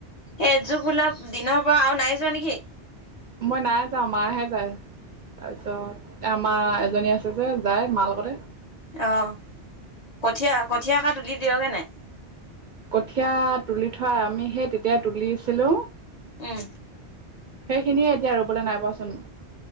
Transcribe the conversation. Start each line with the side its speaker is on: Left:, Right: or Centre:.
Left: সেই জোক ওলোৱা দিনৰ পৰা আৰু নাই যোৱা নেকি?
Right: মই নাই যাওঁ মাহে যায়। তাৰপিছত, আমাৰ এজনী আছে যে যায় মা লগতে।
Left: অ, কঠীয়া কঠিয়া কা তুলি দিয়গে নাই?
Right: কঠীয়া তুলি থোৱা আমি সেই তেতিয়া তুলিছিলো
Left: উম
Right: সেইখিনিয়ে এতিয়া ৰুবলৈ নাই পোৱাচোন